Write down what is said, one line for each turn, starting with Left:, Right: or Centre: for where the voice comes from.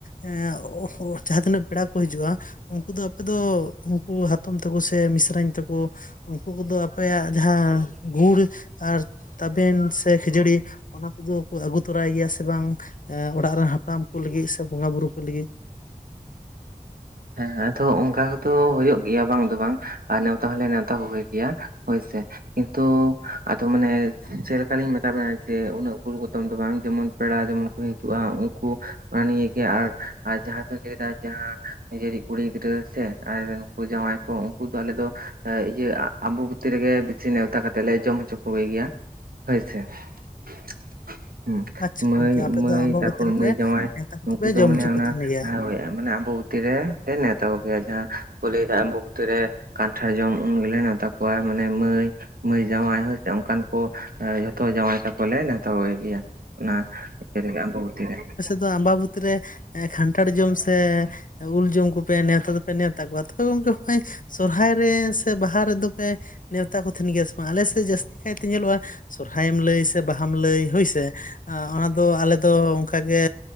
Left: ᱮ ᱡᱟᱦᱟᱸ ᱛᱤᱱᱟᱹᱜ ᱯᱮᱲᱟ ᱠᱚ ᱦᱤᱡᱩᱜᱼᱟ, ᱩᱱᱠᱩ ᱫᱚ ᱟᱯᱮ ᱫᱚ ᱩᱱᱠᱩ ᱦᱟᱛᱚᱢ ᱛᱟᱠᱚ ᱥᱮ ᱢᱤᱥᱨᱟ ᱧ ᱛᱟᱠᱚ ᱩᱱᱠᱩ ᱠᱚᱫᱚ ᱟᱯᱮᱭᱟᱜ ᱡᱟᱦᱟᱸ ᱜᱩᱲ ᱟᱨ ᱛᱟ ᱯᱮᱱ ᱥᱮ ᱠᱷᱤᱡᱲᱤ ᱚᱱᱟ ᱠᱚᱫᱚ ᱠᱚ ᱟᱹᱜᱩ ᱛᱚᱨᱟᱭ ᱜᱮᱭᱟ ᱥᱮ ᱵᱟᱝ ᱚᱲᱟᱜ ᱨᱮᱱ ᱦᱟᱯᱲᱟᱢ ᱠᱚ ᱞᱟᱹᱜᱤᱫ ᱥᱮ ᱵᱚᱸᱜᱟ ᱵᱩᱨᱩ ᱠᱚ ᱞᱟᱹᱜᱤᱫ?
Right: ᱦᱮᱸ ᱟᱫᱚ ᱚᱱᱠᱟᱛ ᱦᱩᱭᱩᱜ ᱜᱮᱭᱟ ᱵᱟᱝ ᱫᱚ ᱵᱟᱝ ᱾ ᱟᱨ ᱱᱮᱣᱛᱟ ᱦᱚᱸᱞᱮ ᱱᱮᱣᱛᱟ ᱠᱚᱜ ᱜᱮᱭᱟ ᱦᱳᱭᱥᱮ ᱾ ᱠᱤᱱᱛᱩ ᱟᱫᱚ ᱢᱟᱱᱮ ᱪᱮᱫᱠᱟᱞᱤᱧ ᱢᱮᱛᱟᱵᱮᱱᱟ ᱡᱮ ᱩᱱᱟᱹᱜ ᱜᱩᱨᱩ ᱜᱚᱛᱚᱢ ᱫᱚ ᱵᱟᱝ ᱾ ᱡᱮᱢᱚᱱ ᱯᱮᱲᱟ ᱡᱮᱢᱚᱱ ᱠᱚ ᱦᱤᱡᱩᱜᱼᱟ ᱩᱱᱠᱩ ᱚᱱᱟ ᱱᱤᱭᱟᱹᱜ ᱜᱮ ᱟᱨ ᱟᱨ ᱡᱟᱦᱟᱸ ᱵᱤᱱ ᱞᱟᱹᱭᱮᱫᱟ ᱡᱟᱦᱟᱸ ᱱᱤᱡᱮᱨᱤᱡ ᱠᱩᱲᱤ ᱜᱤᱫᱽᱨᱟᱹ ᱥᱮ ᱟᱞᱮ ᱱᱩᱠᱩ ᱡᱟᱶᱟᱭ ᱠᱚ ᱩᱱᱠᱩ ᱫᱚ ᱟᱞᱮᱫᱚ ᱮ ᱤᱭᱟᱹ ᱟᱢᱵᱟᱵᱚᱛᱤ ᱨᱮᱜᱮ ᱵᱮᱥᱤ ᱱᱮᱣᱛᱟ ᱠᱟᱛᱮᱫ ᱞᱮ ᱡᱚᱢ ᱦᱚᱪᱚ ᱠᱚᱜ ᱜᱮᱭᱟ ᱦᱳᱭ ᱥᱮ ᱾ <inaudible> ᱦᱩ
Left: ᱟᱪᱪᱷᱟ
Right: ᱢᱟᱹᱭ
Left: ᱜᱚᱝᱠᱮ ᱟᱯᱮ
Right: ᱢᱟᱹᱭ
Left: ᱫᱚ ᱟᱢᱵᱟᱵᱚᱛᱤ
Right: ᱛᱟᱨᱯᱚᱨ
Left: ᱨᱮᱯᱮ
Right: ᱢᱟᱹᱭ ᱡᱟᱶᱟᱭ
Left: ᱱᱮᱣᱛᱟ ᱠᱚᱫᱚᱯᱮ
Right: ᱩᱱᱠᱩ ᱫᱚ
Left: ᱡᱚᱢ
Right: ᱢᱟᱱᱮ
Left: ᱦᱚᱪᱚ
Right: ᱚᱱᱟ-ᱟ
Left: ᱠᱚ ᱛᱟᱦᱮᱱ ᱜᱮᱭᱟ
Right: ᱢᱟᱱᱮ ᱟᱵᱟᱵᱩᱛᱤ ᱵᱷᱩᱛᱤ ᱨᱮᱞᱮ ᱱᱮᱣᱛᱟ ᱠᱚᱜᱮᱭᱟ ᱡᱟᱦᱟᱸ ᱠᱚ ᱞᱟᱹᱭ ᱫᱟ ᱟᱵᱟᱵᱚᱛᱤᱨᱮ ᱠᱟᱱᱴᱷᱟᱲ ᱡᱚᱢ ᱩᱱ ᱜᱮᱞᱮ ᱱᱮᱣᱛᱟ ᱠᱚᱣᱟ ᱢᱟᱱᱮ ᱢᱟᱹᱭ ᱢᱟᱹᱭ ᱡᱟᱶᱟᱭ ᱦᱳᱭ ᱥᱮ ᱚᱱᱠᱟᱱ ᱠᱚ ᱡᱷᱚᱛᱚ ᱡᱟᱶᱟᱭ ᱛᱟᱠᱚᱞᱮ ᱱᱮᱣᱛᱟ ᱠᱚ ᱜᱮᱭᱟ ᱾ ᱚᱱᱟ ᱤᱛ ᱨᱮᱜᱮ ᱟᱵᱟᱵᱚᱛᱤ ᱨᱮ ᱾
Left: ᱟᱢᱵᱟᱵᱩᱛᱤ ᱨᱮ ᱠᱷᱟᱱᱴᱷᱟᱲ ᱡᱚᱢ ᱥᱮ ᱩᱞ ᱡᱚᱢ ᱠᱚᱯᱮ ᱱᱮᱣᱛᱟ ᱫᱚᱯᱮ ᱱᱮᱣᱛᱟ ᱠᱚᱣᱟ ᱛᱚᱵᱮ ᱜᱚᱝᱠᱮ ᱱᱚᱜᱚᱭ ᱥᱚᱨᱦᱟᱭ ᱨᱮ ᱥᱮ ᱵᱟᱦᱟ ᱨᱮᱫᱚ ᱯᱮ ᱱᱮᱣᱛᱟ ᱠᱚ ᱛᱟᱦᱮᱱ ᱜᱮᱭᱟ ᱥᱮ ᱵᱟᱝ ᱟᱞᱮ ᱥᱮᱫ ᱡᱟᱹᱥᱛᱤ ᱠᱟᱭᱛᱮ ᱧᱮᱞᱚᱜ-ᱟ᱾ ᱥᱚᱨᱦᱟᱭ ᱮᱢ ᱞᱟᱹᱭ ᱥᱮ ᱵᱟᱦᱟ ᱮᱢ ᱞᱟᱹᱭ ᱦᱳᱭ ᱥᱮ? ᱚᱱᱟ ᱫᱚ ᱟᱞᱮ ᱫᱚ ᱚᱱᱠᱟᱜᱮ